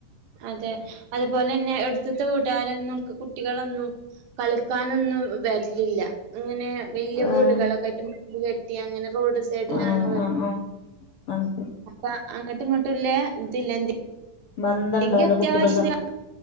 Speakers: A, on the right; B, on the left.
A: അതെ. അതുപോലെന്നെ എടുത്തുത്തെ വീട്ടാരെന്നും കുട്ടികളൊന്നും കളിക്കാനൊന്നും വര്ലില്ലാ ങ്ങെനേ വല്ല്യ
B: ആഹ്
A: വീടുകളൊക്കെ ആയിറ്റും കെട്ടി അങ്ങനെ റോഡ് സൈഡിലാണ്
B: ആഹ്
A: വീട്.
B: ആഹ് ആഹ് അത്
A: അപ്പ അങ്ങട്ടും ഇങ്ങട്ടുംല്ലെ ഇതില്ലെ എന്തേ
B: ബന്ധണ്ടാവൂല
A: കി അത്യാവശ്യ
B: കുട്ടികൾ തമ്മിൽ